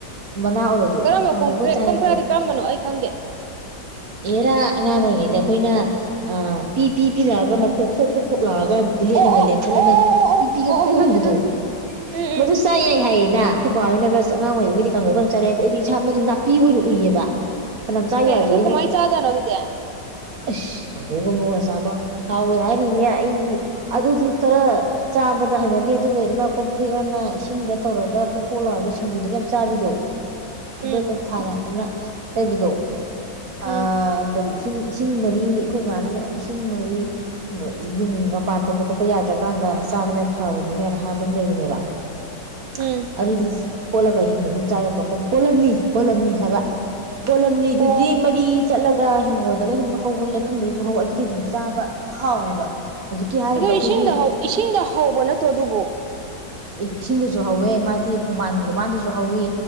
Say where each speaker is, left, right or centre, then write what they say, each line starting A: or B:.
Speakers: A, on the right; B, on the right.
A: ꯃꯅꯥ ꯑꯣꯏꯔꯁꯨ
B: ꯀꯔꯝꯕ
A: ꯀꯥꯡꯉꯧꯒ
B: ꯀꯣꯝꯄ꯭ꯔꯦꯛ
A: ꯆꯥꯏ
B: ꯀꯣꯝꯄ꯭ꯔꯦꯛ
A: ꯑꯗꯣ
B: ꯍꯥꯏꯗꯤ ꯀꯔꯝꯕꯅꯣ ꯑꯩ ꯈꯪꯗꯦ
A: ꯑꯦꯔꯥ ꯑꯉꯥꯡ ꯑꯣꯏꯔꯤꯉꯩꯗ ꯑꯩꯈꯣꯏꯅ ꯑꯥ ꯄꯤ ꯄꯤ ꯄꯤ ꯂꯥꯎꯔꯒ ꯃꯈꯣꯛ ꯐꯣꯛ ꯐꯣꯛ ꯐꯣꯛ <unintelligible> ꯂꯥꯎꯔ ꯕ꯭ꯂꯦꯠꯅꯒ
B: ꯑꯣ ꯑꯣ
A: ꯂꯦꯟꯊꯠꯂꯒ
B: ꯑꯣ ꯑꯣ ꯑꯣ
A: ꯄꯤꯄꯤꯒ
B: ꯑꯣ ꯑꯣ
A: ꯈꯣꯡꯕꯗꯣ
B: ꯈꯪꯉꯦ ꯈꯪꯉꯦ ꯎꯝ
A: ꯃꯗꯨ
B: ꯎꯝ
A: ꯆꯥ ꯌꯥꯏ ꯍꯥꯏ ꯌꯦꯅ ꯑꯩꯈꯣꯏ ꯕꯥ ꯍꯣꯏꯅꯒ ꯑꯁ ꯑꯉꯥꯡ ꯑꯣꯏꯔꯤꯉꯩꯗ ꯀꯥꯡꯒꯧꯒ ꯌꯥꯝ ꯆꯔꯛꯑꯦ ꯑꯗꯣ ꯑꯩꯗꯤ ꯁꯥꯝꯕꯗꯨ ꯅꯥꯄꯤ ꯑꯣꯏꯅ ꯎꯏꯌꯦꯕ ꯐꯅꯌꯥꯝ ꯆꯥ ꯌꯥꯔꯁꯨ
B: ꯑꯦ ꯑꯗꯨ ꯀꯃꯥꯏꯅ ꯆꯥꯖꯥꯠꯅꯣ ꯑꯗꯨꯗꯤ
A: ꯏꯁ ꯀꯥꯡꯒꯧꯒ ꯉꯧꯔꯥ ꯆꯥꯕ ꯍꯥꯎꯋꯦ ꯍꯥꯏꯅꯤꯅꯦ ꯑꯩꯗꯤ ꯑꯗꯨꯗꯤ ꯈꯔ ꯆꯥꯕꯗ ꯍꯩꯅꯗꯦ ꯑꯗꯨꯒ ꯑꯃ ꯀꯣꯝꯄ꯭ꯔꯦꯛ ꯑꯅ ꯏꯁꯤꯡꯗ ꯇꯧꯔꯒ ꯄꯣ ꯄꯣꯛ ꯂꯥꯎꯔꯒ ꯁꯤꯡꯖꯨꯗꯒ ꯌꯥꯝ ꯆꯥꯕꯤꯗꯣ <unintelligible>
B: ꯎꯝ
A: ꯂꯩꯕꯗꯣ ꯑꯥ
B: ꯎꯝ
A: ꯀꯔꯤ ꯏꯁꯤꯡ ꯃꯔꯤ ꯑꯩꯈꯣꯏ ꯃꯥꯅꯒ ꯏꯁꯤꯡ ꯃꯔꯤ ꯌꯨꯡ ꯃꯄꯥꯟ ꯊꯣꯛꯄ ꯈꯣꯠꯄ ꯌꯥꯗ꯭ꯔꯀꯥꯟꯗ ꯆꯥꯕꯁꯦ ꯌꯥꯝ ꯐꯕꯅꯤ ꯀꯥꯏꯅ ꯍꯥꯏ <unintelligible> ꯂ ꯩꯕꯅꯦꯕ <inaudible>
B: ꯎꯝ
A: ꯑꯗꯨꯗꯤ <unintelligible> ꯀꯣꯠꯂꯒ ꯍꯤꯡꯅ ꯑꯗꯨꯝ ꯆꯥ ꯌꯥꯕ ꯀꯣꯜꯂꯝꯅꯤ ꯀꯣꯜꯂꯝꯅꯤ ꯍꯥꯏꯕ ꯀꯣꯂꯝꯅꯤꯗꯨꯗꯤ
B: ꯑꯣ
A: ꯃꯔꯤ ꯆꯠꯂꯒ ꯍꯤꯡꯒꯣꯜꯗꯒ ꯁꯨꯝ ꯍꯧꯕ ꯂꯩꯀꯪꯗꯒꯁꯨ ꯍꯧꯕ ꯑꯗꯨꯗꯤ ꯑꯗꯨꯝ ꯆꯥꯕ ꯍꯥꯎꯋꯦꯕ ꯍꯧꯖꯤꯛꯀꯤ ꯍꯥꯏꯔꯤꯕ
B: ꯑꯗꯨ
A: ꯑꯩꯈꯣꯏꯒꯤ
B: ꯏꯁꯤꯡꯗ ꯍꯧ ꯏꯁꯤꯡꯗ ꯍꯧꯕ ꯅꯠꯇ꯭ꯔꯣ ꯑꯗꯨꯕꯨ
A: ꯑꯦ ꯏꯁꯤꯡꯗꯁꯨ ꯍꯧꯋꯦ ꯃꯥꯗꯤ ꯈꯣꯡꯕꯥꯟ ꯂꯨꯕꯥꯟꯗꯁꯨ ꯍꯧꯋꯤ